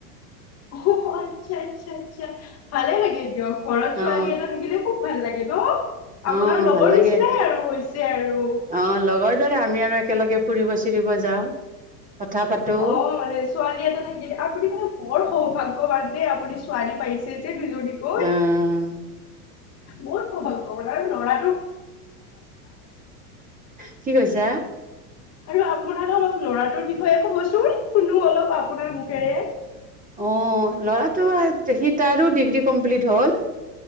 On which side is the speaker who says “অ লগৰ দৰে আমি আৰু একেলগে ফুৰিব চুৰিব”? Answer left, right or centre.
Right